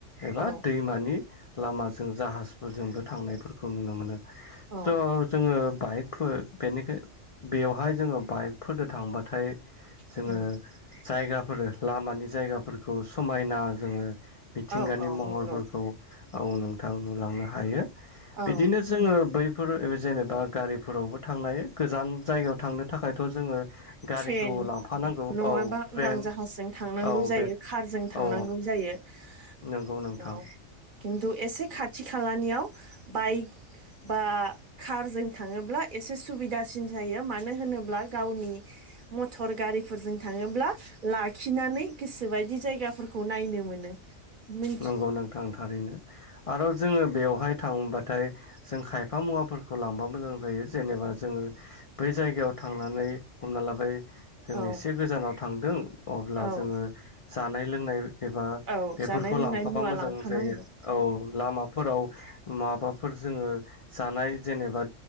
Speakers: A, on the left; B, on the right.
A: एबा
B: औ
A: दैमानि लामाजों जाहाजफोरजोंबो थांनायफोरखौ नुनो मोनो।
B: औ
A: स' जोङो बाइकफोर बेनिखाय बेयावहाय जोङो बाइकफोरदो थांबाथाय जोङो
B: उम
A: जायगाफोर लामानि जायगाफोरखौ समायना जोङो मिथिंगानि
B: औ औ
A: महरफोरखौ
B: नंगौ
A: औ नोंथां नुलांनो हायो।
B: औ
A: बिदिनो जोङो बैफोर ओरै जेनेबा गारिफोरावबो थांनो हायो गोजान जायगायाव थांनो थाखायथ' जोङो गारिखौ
B: ट्रेन
A: लांफानांगौ
B: नङाबा
A: औ ट्रेन
B: उरां जाहाजजों थांनांगौ
A: औ
B: जायो।
A: बे
B: कारजों थांनांगौ
A: औ
B: जायो। <unintelligible>
A: नंगौ नोंथां।
B: औ खिन्थु एसे खाथि खालानियाव बाइक बा कारजों थाङोब्ला एसे सुबिदासिन जायो मानो होनोब्ला गावनि मटर गारिफोरजों थाङोब्ला लाखिनानै गोसोबायदि जायगाफोरखौ नायनो मोनो। मिन्थ
A: नंगौ नोंथां थारैनो। आरो जोङो बेवहाय थांबाथाय जों खायफा मुवाफोरखौ लांबा मोजां जायो। जेनेबा जोङो बै जायगायाव थांनानै। हमना लाबाय जों
B: औ
A: एसे गोजानाव थांदों अब्ला
B: औ
A: जोङो जानाय -लोंनाय एबा
B: औ
A: बेफोरखौ
B: जानाय लोंनाय
A: लांफाबा
B: मुवा
A: मोजां
B: लांफानांगौ
A: जायो औ लामाफोर <unintelligible> माबाफोर जोङो जानाय जेनेबा